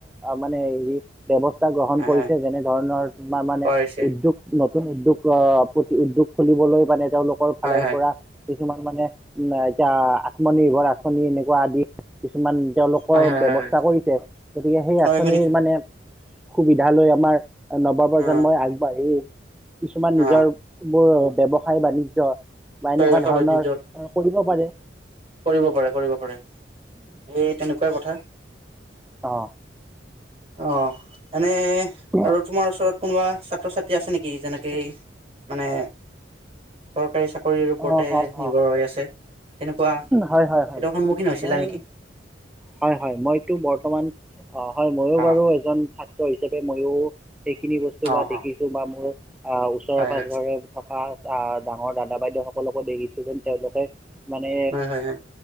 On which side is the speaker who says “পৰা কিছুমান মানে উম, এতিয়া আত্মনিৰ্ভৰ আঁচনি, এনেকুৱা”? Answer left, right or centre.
Centre